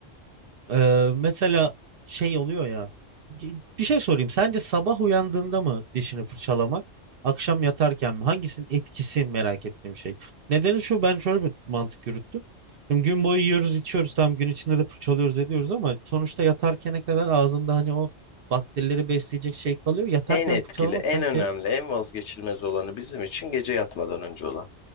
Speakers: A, on the right; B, on the left.
A: Ee, mesela şey oluyor ya. Ge- Bir şey sorayım. Sence sabah uyandığında mı dişini fırçalamak? Akşam yatarken mi? Hangisinin etkisi merak ettiğim şey. Nedeni şu ben şöyle bir mantık yürüttüm. Şimdi gün boyu yiyoruz içiyoruz tam gün içinde de fırçalıyoruz ediyoruz ama sonuçta yatarkene kadar ağzında hani o bakterileri besleyecek şey kalıyor. Yatarken
B: En etkili,
A: fırçalamak
B: en
A: sanki
B: önemli, en vazgeçilmez olanı bizim için gece yatmadan önce olan.